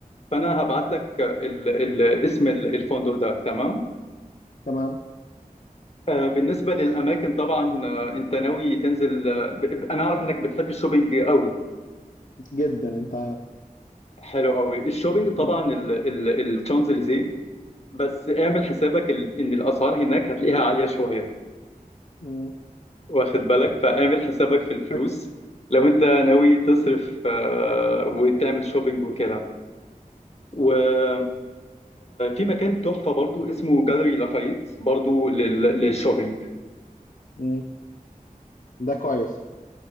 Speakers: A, on the left (about 45°); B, on the left (about 70°).
A: فانا هبعت لك ال- ال- اسم ال- الفندق ده تمام
B: تمام
A: آه، بالنسبة للأماكن
B: طيب
A: طبعا
B: مم.
A: آه، أنت ناوي تنزل آه، ب- ب- أنا أعرف إنك بتحب الشوبينج قوي
B: جدا انت
A: حلو قوي الشوبينج طبعا
B: مم.
A: ال- ال- الشانزليزيه بس اعمل حسابك ال- إن الأسعار هناك هتلاقيها عالية شوية
B: مم.
A: واخد بالك فاعمل حسابك
B: فاهم
A: في الفلوس
B: انت فاكر
A: لو أنت ناوي تصرف آه، وتعمل شوبينج وكده وفي مكان تحفة برضو اسمه جاليري لافايت برضو لل- للشوبينج
B: مم. ده كويس